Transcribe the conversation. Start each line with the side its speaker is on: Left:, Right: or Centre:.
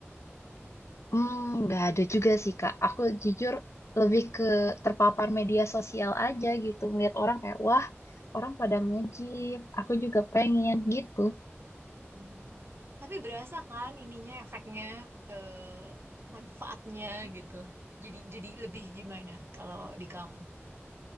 Left: hmm, nggak ada juga sih, Kak. Aku jujur lebih ke terpapar media sosial aja gitu, melihat orang kayak, wah orang pada nge-gym, aku juga pengen gitu.
Right: Hmm. Tapi berasa kan ininya efeknya eh manfaatnya gitu. Jadi jadi lebih gimana kalau di kamu?